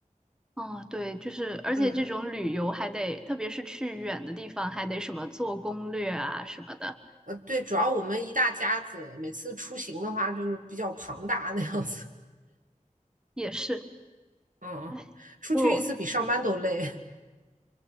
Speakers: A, in the centre; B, on the right (about 75°).
A: 哦，对，就是，而且这种旅游还得，
B: 嗯。
A: 特别是去远的地方，还得什么做攻略啊什么的，
B: 呃，对，主要我们一大家子，每次出行的话就是比较庞大那样子。
A: 也是。
B: 嗯，
A: 哎，
B: 出去一次比上班都累。
A: 我